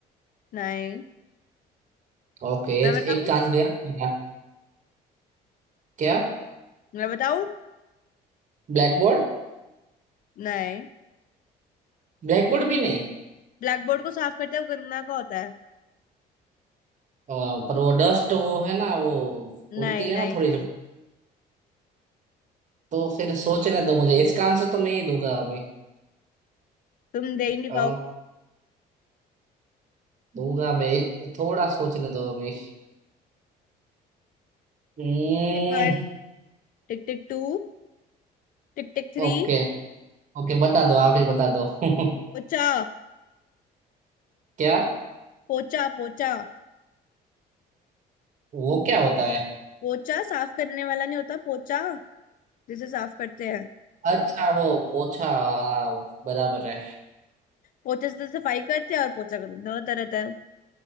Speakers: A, on the left; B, on the right.
A: नहीं
B: ओके
A: मैं
B: एक,
A: बताऊं
B: एक चांस गया मेरा। क्या
A: मैं बताऊं
B: Black board
A: नहीं
B: ब्लैक बोर्ड भी नहीं
A: ब्लैक बोर्ड को साफ करते हैं वो गंदा का होता है
B: अ, पर वो डस्ट वो है ना वो
A: नहीं
B: उड़ती है
A: नहीं
B: ना थोड़ी
A: नहीं
B: थोड़ी तो फिर सोचने दो मुझे इसका आंसर तो मैं ही दूंगा अभी
A: तुम दे ही नहीं
B: अ, दूंगा मैं एक थोड़ा सोचने दो अभी हम्म,
A: पाओगे Tick tick two tick tick three
B: ओके ओके बता दो आप ही बता दो <laughs>
A: पोचा
B: क्या
A: पोचा पोचा
B: वो क्या होता है
A: पोचा साफ करने वाला नहीं होता पोचा जिसे साफ करते हैं
B: अच्छा वो पोछा हाँ, बराबर है
A: पोचे से सफाई करते हैं और पोचा करते हैं, होता रहता है